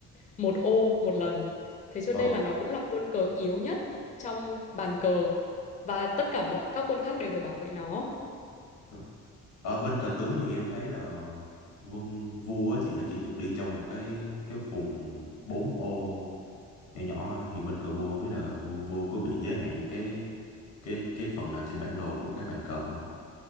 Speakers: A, on the left; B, on the left.
A: một ô một lần thế cho
B: ờ
A: nên là nó cũng là quân cờ yếu nhất trong bàn cờ và tất cả mọi các quân khác đều phải bảo vệ nó
B: rồi. ở bên cờ tướng thì em thấy là quân vua á chị nó chỉ được đi trong một cái cái vùng bốn ô nhỏ nhỏ thôi thì bên cờ vua không biết là quân vua có bị giới hạn cái cái cái phần nào trên bản đồ của cái bàn cờ không chị